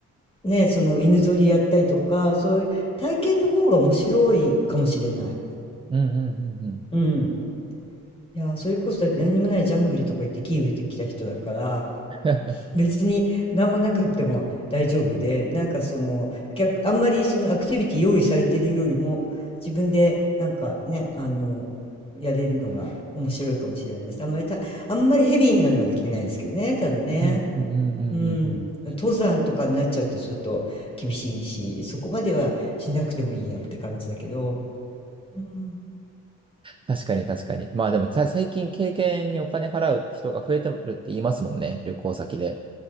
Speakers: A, on the left; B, on the right.
A: ね、その犬ぞりやったりとか、そういう体験の方が面白いかもしれない。
B: うんうんうんうん。
A: うん。いや、それこそだって何にもないジャングリとか行って木植えてきた人だから、
B: <laughs>
A: 別に何もなくっても大丈夫で、なんかその逆、あんまりそのアクティビティ用意されてるよりも自分でなんかね、あの、やれるのが面白いかもしれないです。あんまりた、あんまりヘビーなのはできないですけどね、ただね。
B: うんうんうんうんうんうん。
A: うん。登山とかになっちゃうとちょっと厳しいし、そこまではしなくてもいいやって感じだけど。うん、
B: 確かに確かに。まあでもさ最近経験にお金払う人が増えてるって言いますもんね、旅行先で。